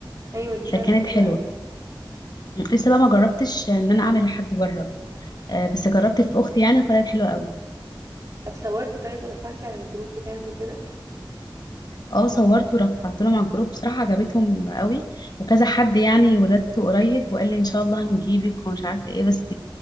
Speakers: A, on the right; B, on the left.
A: أيوة دي فعلا
B: فكانت
A: حلوة
B: حلوة
A: قوي
B: لسه بقى ما جربتش إن أنا أعمل لحد بره آه، بس جربت في أختي يعني طلعت حلوة أوي
A: طب صورتي طيب ورفعتي على الجروب بتاعك وكده
B: اه صورت ورفعت لهم على الجروب بصراحة عجبتهم أوي وكذا حد يعني ولادته قريب وقال لي إن شاء الله هنجيبك ومش عارفة إيه بس